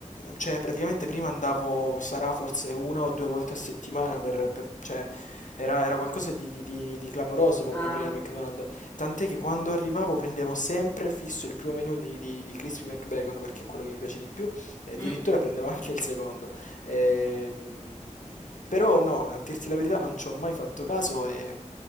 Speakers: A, on the left; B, on the left.
A: cioè, praticamente prima andavo, sarà forse una o due volte a settimana, per, per- cioè, era, era qualcosa di, di- di- di clamoroso per
B: Ah,
A: me prima il
B: ok.
A: McDonald's. Tant'è che quando arrivavo prendevo sempre fisso il primo menu di, di, di Crispy McBacon, perché è quello che mi piace di più, e addirittura
B: Mm.
A: prendevo anche il secondo. Ehm, però no, a dirti la verità non ci ho mai fatto caso e